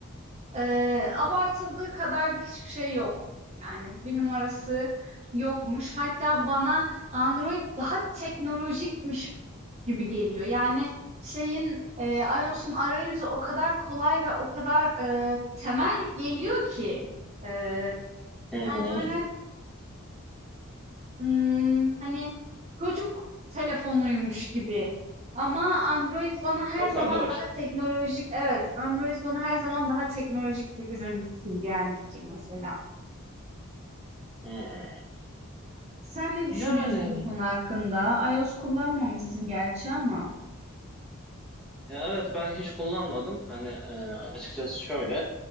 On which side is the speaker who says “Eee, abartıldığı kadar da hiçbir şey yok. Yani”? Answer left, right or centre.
Right